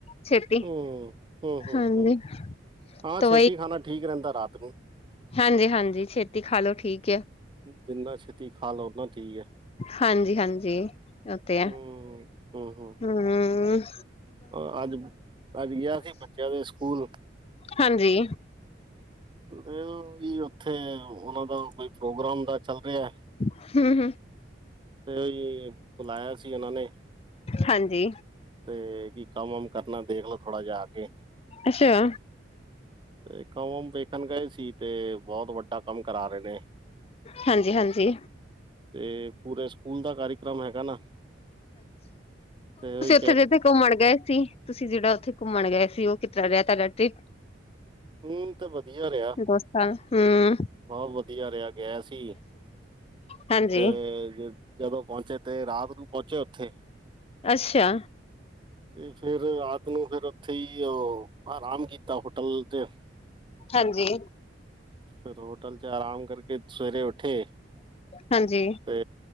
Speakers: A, on the left; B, on the right.
A: ਛੇਤੀ
B: ਹੂੰ ਹੂੰ ਹੂੰ
A: ਹਾਂਜੀ।
B: ਹੂੰ ਹਾਂ
A: ਤਾਂ
B: ਛੇਤੀ ਖਾਣਾ ਠੀਕ ਰੈਂਦਾ ਰਾਤ ਨੂੰ
A: ਹਾਂਜੀ-ਹਾਂਜੀ ਛੇਤੀ ਖਾਲੋ ਠੀਕ ਆ।
B: ਜਿੰਨਾ ਛੇਤੀ ਖਾਲੋ ਓਨਾ ਠੀਕ ਐ।
A: ਹਾਂਜੀ-ਹਾਂਜੀ, ਓਕੇ
B: ਹੂੰ ਹੂੰ ਹੂੰ
A: ਹੂੰ।
B: ਅ ਅੱਜ, ਅੱਜ ਗਿਆ ਸੀ ਬੱਚਿਆਂ ਦੇ ਸਕੂਲ
A: ਹਾਂਜੀ।
B: ਅ ਵੀ ਓਥੇ ਓਨਾਂ ਦਾ ਕੋਈ ਪ੍ਰੋਗਰਾਮ ਦਾ ਚੱਲ ਰੈਯਾ
A: ਹਮ ਹਮ
B: ਤੇ ਬੁਲਾਇਆ ਸੀ ਏਨਾਂ ਨੇ
A: ਹਾਂਜੀ।
B: ਤੇ ਕੀ ਕੰਮ-ਵਮ ਕਰਨਾ ਪਏਗਾ ਥੋੜਾ ਜੇਆ ਅਆ ਕੇ
A: ਅੱਛਾ
B: ਤੇ ਕੰਮ-ਵਮ ਵੇਖਣ ਗਏ ਸੀ ਤੇ ਬੋਤ ਵੱਡਾ ਕੰਮ ਕਰਾ ਰਹੇ ਨੇ
A: ਹਾਂਜੀ-ਹਾਂਜੀ।
B: ਤੇ ਪੂਰੇ ਸਕੂਲ ਦਾ ਕਾਰੀਕ੍ਰਮ ਹੈਗਾ ਨਾ, ਫੇਰ ਓਈ
A: ਜਿੱਥੇ-ਜਿੱਥੇ ਕੁੰਮਣ ਗਏ ਸੀ, ਤੁਸੀਂ ਜਿੜਾ ਓਥੇ ਕੁੰਮਣ ਗਏ ਸੀ ਓਹ ਕਿਸ ਤਰ੍ਹਾਂ ਰੈਯਾ ਤਾੜਾ ਟਰਿਪ
B: ਹੁਣ ਤੇ ਵਧੀਆ ਰੈਯਾ।
A: <unintelligible> ਹੂੰ।
B: ਬੋਤ ਵਧੀਆ ਰੈਯਾ ਗਿਆ ਸੀ,
A: ਹਾਂਜੀ
B: ਤੇ ਜੇ ਜਦੋਂ ਪੋਚੇ ਤੇ ਰਾਤ ਨੂੰ ਪੋਚੇ ਓਥੇ
A: ਅੱਛਾ।
B: ਤੇ ਫਿਰ ਰਾਤ ਨੂੰ ਫੇਰ ਓਥੇ ਈ ਓਹ ਆਰਾਮ ਕੀਤਾ ਹੋਟਲ ਤੇ
A: ਹਾਂਜੀ।
B: ਫਿਰ ਹੋਟਲ ਚ ਆਰਾਮ ਕਰਕੇ ਸਵੇਰੇ ਉਠੇ।
A: ਹਾਂਜੀ
B: ਤੇ